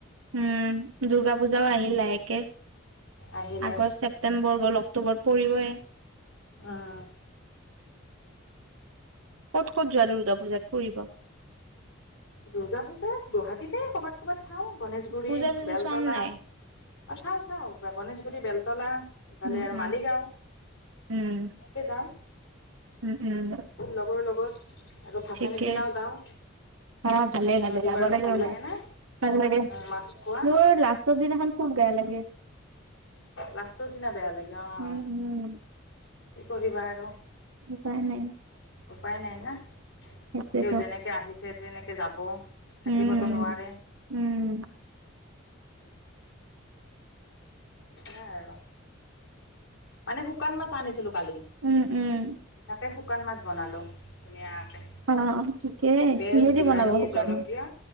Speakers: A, on the right; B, on the left.
A: উম দূৰ্গা পূজাও আহিল লাহেকে
B: আহিলে
A: আগচ ছেপ্তেম্বৰ গ'ল অক্টোবৰত পৰিবই
B: অ'।
A: ক'ত ক'ত যোৱা দুৰ্গা পূজাত ফুৰিব।
B: দুৰ্গা পূজাত গুৱাহাটীতে ক'বাত ক'বাত চাওঁ গনেশগুৰি
A: পূজা চূজা
B: বেলতলা।
A: চোৱা নে নাই?
B: অ চাও চাওঁ বে গণেশগুৰি বেলতলা। এইফালে
A: উম,
B: আৰু
A: উম,
B: মালিগাঁও
A: উম,
B: এনেকে যাওঁ
A: উম, উম,
B: লগৰ লগত আৰু ভাচনিৰ
A: ঠিকে
B: দিনাও যাওঁ
A: অ ভালে ভালে
B: নদী
A: যাব
B: পাৰত
A: লাগে
B: ভাল
A: বুলে
B: না
A: ভাল লাগে
B: মাছ খোৱা
A: মোৰ লাষ্ট ত দিনাখন খুপ গাই লাগে
B: লাষ্টৰ দিনা বেয়া লাগে অ'।
A: উম, উম,
B: কি কৰিবা আৰু।
A: উপায় নাই।
B: উপায় নাই না
A: সেইটোৱেতো
B: তেওঁ যেনেকে আহিছে তেনেকে যাব। থাকিবতো
A: উম,
B: নোৱাৰে।
A: উম।
B: সেইয়াই আৰু মানে শুকান মাছ আনিছিলো কালি।
A: উম উম।
B: তাকে শুকান মাছ বনালো ধুনীয়াকে।
A: অ', ঠিকেই
B: পিয়াজ
A: কিহেদি
B: বিলাহী
A: বনাবা শুকান
B: জলকীয়া
A: মাছ?